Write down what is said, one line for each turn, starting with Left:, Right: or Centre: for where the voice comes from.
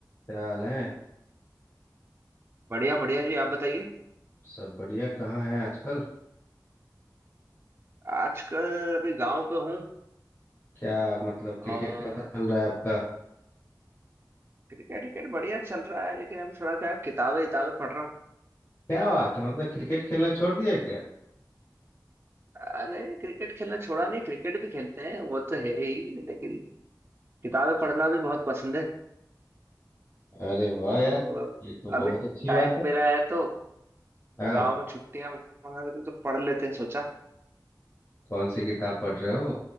Left: क्या हाल है
Right: बढ़िया बढ़िया जी आप बताइए
Left: सब बढ़िया कहाँ है आजकल
Right: आजकल अभी गांव पे हूँ
Left: क्या मतलब
Right: और
Left: क्रिकेट कैसा चल रहा है आपका
Right: क्रिकेट विकेट बढ़िया चल रहा है लेकिन अभी थोड़ा क्या किताबें किताबें पढ़ रहा हूँ
Left: क्या बात है मतलब क्रिकेट खेलना छोड़ दिया क्या
Right: आ, नहीं नहीं क्रिकेट खेलना छोड़ा नहीं क्रिकेट भी खेलते हैं वो तो है ही लेकिन किताबें पढ़ना भी बहुत पसंद है
Left: अरे वाह यार
Right: तो अब-
Left: ये तो
Right: अभी
Left: बहुत अच्छी
Right: टाइम
Left: बात है
Right: मिला है तो
Left: हाँ
Right: गांव में छुट्टियां मना रहे थे तो पढ़ लेते हैं सोचा
Left: कौन सी किताब पढ़ रहे हो